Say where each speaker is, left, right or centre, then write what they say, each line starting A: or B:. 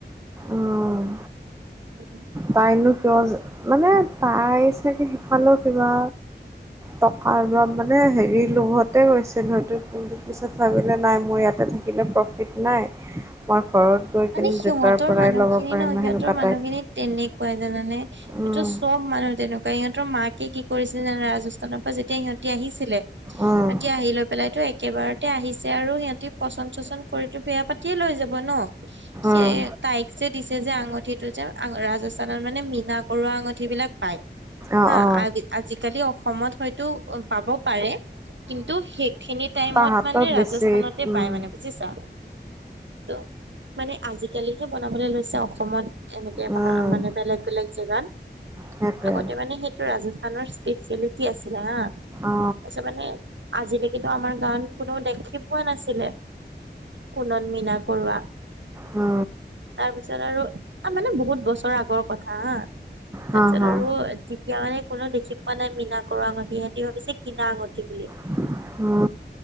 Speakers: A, on the right; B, on the right.
A: উম
B: উম।
A: তাইনো কিয় মানে তাই চাগে সিফালেৰ কিবা টকাৰ ৰপ মানে হেৰি লোভতে গৈছিল হয়তো কিন্তু পিছত ভাবিলে নাই মোৰ ইয়াতে থা- কিলে প্ৰফিট নাই মই ঘৰত গৈ কিনে
B: মানে সিহঁতৰ
A: দেউতাৰ পৰাই
B: মানুহখিনি
A: ল'ব পাৰিম
B: ন সিহঁতৰ
A: সেনেকুৱা
B: মানুহখিনিত
A: টাইপ
B: তেনেকুৱাই জানানে। এইটো
A: উম
B: চব মানুহ তেনেকুৱা সিহঁতৰ মাকে কি কৰিছিলে জানা, ৰাজস্থানৰ পৰা যেতিয়া সিহঁতি আহিছিলে
A: উম
B: সিহঁতি আহি লৈ পেলাইতো একেবাৰতে আহিছে আৰু সিহঁতি পচন চচন কৰিতো বেয়া পাতিয়ে লৈ যাব ন। <inaudible> ছে
A: উম
B: তাইক যে দিছে যে আঙঠিটো যে ৰাজস্থানত মানে মীনা কৰোৱা আঙঠি বিলাক পায়।
A: অ
B: হা
A: অ
B: আ আজিকালি অসমত হয়তো পাব পাৰে। কিন্তু সেইখিনি টাইমত
A: তাহাঁতৰ
B: মানে
A: বেছি
B: ৰাজস্থানতে
A: উম
B: পাই মানে বুজিছা। ত মানে আজিকালিহে বনাবলৈ লৈছে অসমত এনেকে
A: উম
B: ভা মানে বেলেগ বেলেগ জেগাত
A: সেইটোৱে
B: আগতে মানে সেইটো ৰাজস্থানৰ স্পেচিয়েলিটি আছিলে হা।
A: অ
B: তাৰপিছত মানে আজিলৈকেতো আমাৰ গাঁৱত কোনোও দেখি পোৱা নাছিলে কুণত মীনা কৰোৱা
A: অ।
B: তাৰ পিছত আৰু মানে বহুত বছৰ আগৰ কথা হা। তাৰ
A: হা
B: পিছত
A: হা
B: আৰু তেতিয়া মানে কোনো দেখি পোৱা নাই মীনা কৰোৱা আঙঠি সিহঁতি ভাবিছে কিনা আঙুঠি বুলি।
A: <unintelligible>